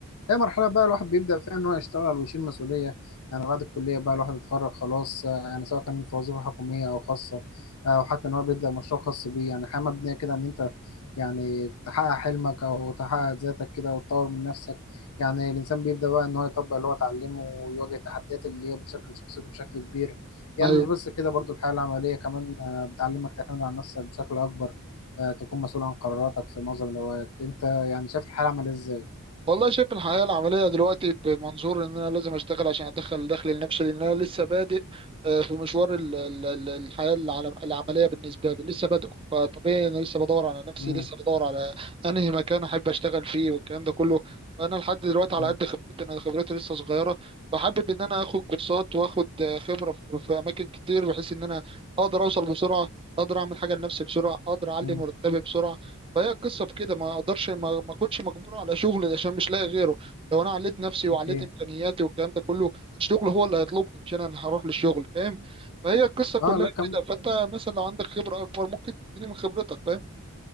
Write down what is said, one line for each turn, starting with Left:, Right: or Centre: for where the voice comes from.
Left: هي مرحلة بقى الواحد بيبدأ فيها إن هو يشتغل ويشيل مسؤولية يعني بعد الكلية بقى الواحد اتخرج خلاص آه، يعني سواء كان في وظيفة حكومية أو خاصة آه، أو حتى إن هو بيبدأ مشروع خاص بيه يعني حياة مبنية كده إن أنت يعني تحقق حلمك أو تحقق ذاتك كده وتطور من نفسك يعني الإنسان بيبدأ بقى إن هو يطبق اللي هو اتعلمه ويواجه التحديات اللي هي بتشكل شخصيته بشكل كبير يعني
Right: أيوه.
Left: مش بس كده برضو الحياة العملية كمان آه، بتعلمك تعتمد على نفسك بشكل أكبر آه، تكون مسؤول عن قراراتك في معظم الأوقات أنت يعني شايف الحياة العملية إزاي؟
Right: والله شايف الحياة العملية دلوقتي بمنظور إن أنا لازم أشتغل عشان أدخل دخل لنفسي لأن أنا لسه بادئ آه، في مشوار ال- ال- ال- الحياة العل- العملية بالنسبة لي لسه بادئ فطبيعي أنا لسه بدور على نفسي
Left: مم.
Right: لسه بدور على أنهي مكان أحب أشتغل فيه والكلام ده كله فأنا لحد دلوقتي على
Left: مم.
Right: قد خبرتي أنا خبرتي لسه صغيرة فحابب إن أنا آخد كورسات وآخد آه، خبرة في في أماكن كتير بحيث إن أنا أقدر أوصل بسرعة أقدر أعمل حاجة لنفسي بسرعة أقدر أعلي
Left: مم.
Right: مرتبي بسرعة فهي القصه في كده ما اقدرش ما, ما كنتش مجبور على شغل عشان مش لاقي غيره لو انا عليت نفسي وعليت
Left: اكيد
Right: امكانياتي والكلام ده كله الشغل هو اللي هيطلبني مش انا اللي هروح للشغل فاهم فهي القصه كلها
Left: اه لا كم
Right: كده فانت مثلا لو عندك خبره اكبر ممكن تديني من خبرتك فاهم